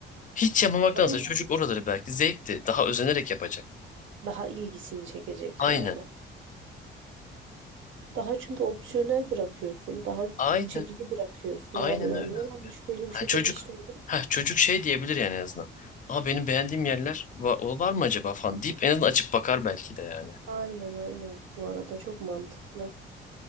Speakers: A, on the left; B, on the right.
A: Hiç yapmamaktansa
B: Aynen.
A: çocuk oraları belki zevkli Daha özenerek yapacak.
B: Daha ilgisini çekecek
A: Aynen.
B: yani. Daha çünkü opsiyonel bırakıyorsun. Daha
A: Aynen.
B: çekici bırakıyorsun
A: Aynen
B: abi. Ya
A: öyle
B: ne varmış
A: abi.
B: böyle bir
A: Ha,
B: şey
A: çocuk
B: demiştim.
A: ha, çocuk şey diyebilir yani en azından. Aa benim beğendiğim yerler var, o var mı acaba falan deyip en azından açıp bakar belki de yani.
B: Aynen aynen. Bu arada çok mantıklı.